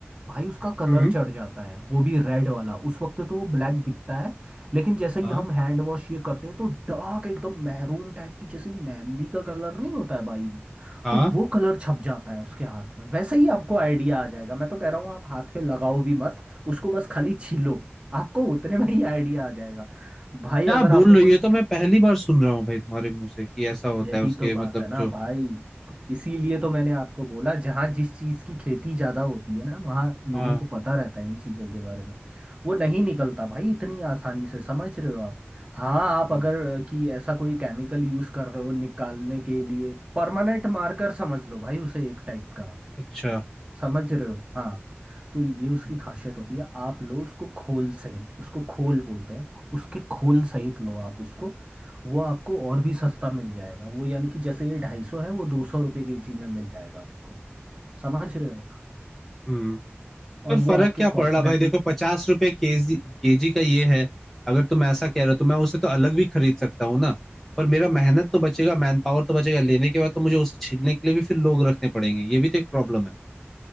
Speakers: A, on the right; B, in the centre.
A: भाई उसका कलर
B: हम्म
A: चढ़ जाता है वो भी रेड वाला उस वक्त तो वो ब्लैक दिखता है लेकिन जैसे
B: हाँ
A: ही हम हैंड वॉश ये करते हैं तो डार्क एकदम मैरून टाइप की जैसे मेहंदी का कलर नहीं होता है भाई
B: हाँ
A: तो वो कलर छप जाता है उसके हाथ में वैसे ही आपको आइडिया आ जाएगा मैं तो कह रहा हूँ आप हाथ पे लगाओ भी मत उसको बस खाली छीलो आपको उतने में ही आइडिया आ जाएगा भाई
B: क्या
A: अगर आपने
B: बोल रहे
A: कोई
B: हो ये तो मैं पहली बार सुन रहा हूँ भाई तुम्हारे मुंह से कि ऐसा होता
A: यही
B: है उसके
A: तो बात
B: मतलब
A: है ना
B: जो
A: भाई इसीलिए तो मैंने आपको बोला जहाँ जिस चीज़ की खेती ज़्यादा होती है ना वहाँ लोगों
B: हाँ
A: को पता रहता है इन चीज़ों के बारे में वो नहीं निकलता भाई इतनी आसानी से समझ रहे हो आप हाँ आप
B: हाँ,
A: अगर अ, कि ऐसा कोई केमिकल यूज़ कर रहे हो निकालने के लिए परमानेंट मार्कर समझ लो भाई उसे एक टाइप का
B: अच्छा
A: समझ रहे हो हाँ तो ये उसकी खासियत होती है आप लो उसको खोल सहित उसको खोल बोलते हैं उसके खोल सहित लो आप उसको वो आपको और भी सस्ता मिल जाएगा वो यानी कि जैसे ये ढाई सौ है वो दो सौ रुपये के जी में मिल जाएगा आपको समझ रहे हो
B: हम्म
A: और
B: पर फर्क
A: वो आपके
B: क्या पड़
A: कॉस्मेटिक
B: रहा भाई देखो पचास रुपए केजी केजी का ये है अगर तुम ऐसा कह रहे हो तो मैं उसे तो अलग भी खरीद सकता हूँ ना पर मेरा मेहनत तो बचेगा मैन पावर तो बचेगा लेने के बाद तो मुझे उसे छीलने के लिए भी फिर लोग रखने पड़ेंगे ये भी तो एक प्रॉब्लम है